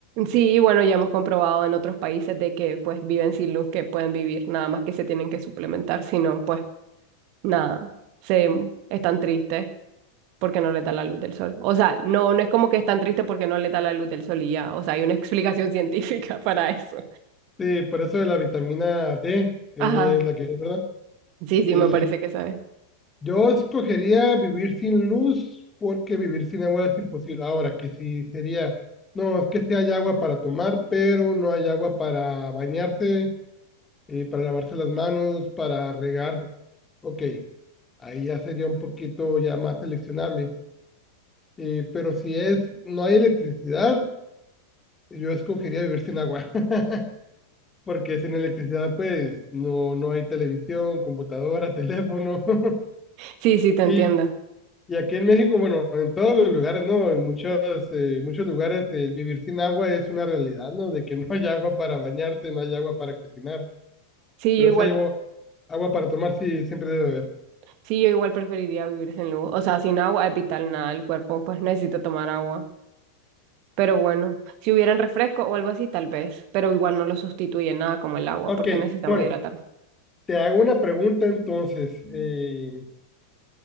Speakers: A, on the right (about 45°); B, on the left (about 15°).
A: sí, bueno, ya hemos comprobado en otros países de que pues viven sin luz, que pueden vivir, nada más que se tienen que suplementar, si no, pues nada, se mm, están tristes porque no les da la luz del sol. O sea, no, no es como que están tristes porque no les da la luz del sol y ya, o sea, hay una explicación científica <laughs> para eso.
B: Sí, por eso de la vitamina D eh,
A: Ajá,
B: es la que es, ¿verdad?
A: sí, sí,
B: Eh,
A: me parece que sabes.
B: yo escogería vivir sin luz porque vivir sin agua es imposible. Ahora, que si sería, no, es que sí hay agua para tomar, pero no hay agua para bañarse, eh, para lavarse las manos, para regar. Ok, ahí ya sería un poquito ya más seleccionable. Eh, pero si es, no hay electricidad, yo escogería vivir sin agua. <laughs> porque sin electricidad pues no, no hay televisión, computadora, <laughs> teléfono. <laughs>
A: Sí, sí, te entiendo.
B: Y, y aquí en México, bueno, en todos los lugares, ¿no? En muchos, eh, muchos lugares eh, vivir sin agua es una realidad, ¿no? De que <laughs> no hay agua para bañarse, no hay agua para cocinar,
A: Sí,
B: pero
A: yo igual,
B: sí hay agua, agua para tomar, sí, siempre debe haber.
A: sí, yo igual preferiría vivir sin luz. O sea, sin agua es vital nada, el cuerpo pues necesita tomar agua. Pero bueno, si hubieran refresco o algo así, tal vez, pero igual no lo sustituye nada como el agua,
B: Ok,
A: porque necesitamos
B: bueno,
A: hidratar.
B: te hago una pregunta entonces, eh,